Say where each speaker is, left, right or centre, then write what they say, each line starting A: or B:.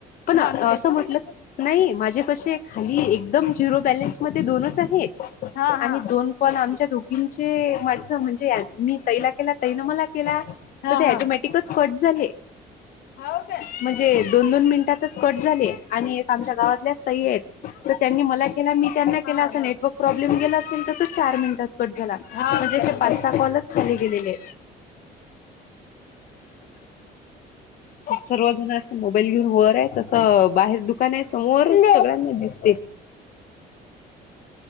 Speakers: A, on the left; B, on the left.
A: पण असं
B: हा मी तेच तर
A: म्हटलं
B: म्हणलं
A: नाही माझे कसे खाली एकदम झिरो बॅलन्स म दोनच आहेत
B: हा
A: आणि
B: हा
A: दोन कोण आमच्या दोघींचे माझ म्हणजे मी तैला केला तैन मला केला
B: हा
A: तर ते
B: हा
A: ॅटोमॅटिकच कट झाले
B: हो काय
A: म्हणजे दोन दोन मिनिटातच कट झाले आणि आमच्या गावातल्या तई आहेत. त त्यांनी मला केला मी त्यांना केला
B: हा
A: अस
B: हा
A: नेटवर्क प्रॉब्लेम गेला असेल त तो चार मिनिटात कट झाला
B: हा
A: म्हणजे
B: काय
A: असे
B: तस
A: पाच सहा कॉलच खाली गेलेले. सर्वजण असं मोबाईल घेऊन वर आहे तसं बाहेर दुकान आहे समोर सगळ्यांना दिसते